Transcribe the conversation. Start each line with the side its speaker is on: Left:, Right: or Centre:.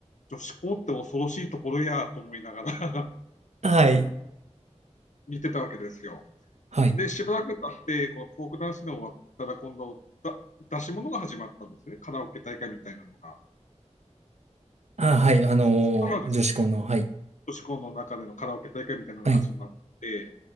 Left: 女子校って恐ろしいところやと思いながら
Right: はい。
Left: <laughs> 見てたわけですよ。
Right: はい。
Left: で、しばらく経って、このフォークダンスが終わったら今度、だ出し物が始まったんですね。カラオケ大会みたいなのが。
Right: あ、はい。あのー女子校の、
Left: そしたらですね、
Right: はい。
Left: 女子校の中でのカラオケ大会みたいなのが始まって、
Right: はい。